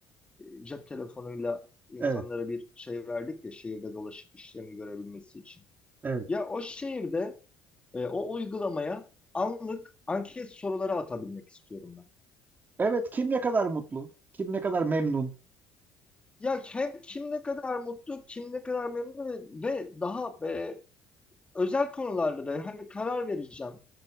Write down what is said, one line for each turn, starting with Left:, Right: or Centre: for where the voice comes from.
Left: e, cep telefonuyla insanlara
Right: Evet,
Left: bir şey verdik ya şehirde dolaşıp işlerini görebilmesi için.
Right: evet.
Left: Ya o şehirde e, o uygulamaya anlık anket soruları atabilmek istiyorum ben.
Right: Evet, kim ne kadar mutlu, kim ne kadar memnun.
Left: Ya hem kim ne kadar mutlu, kim ne kadar memnun ve, ve daha e, özel konularda da hani karar vereceğim.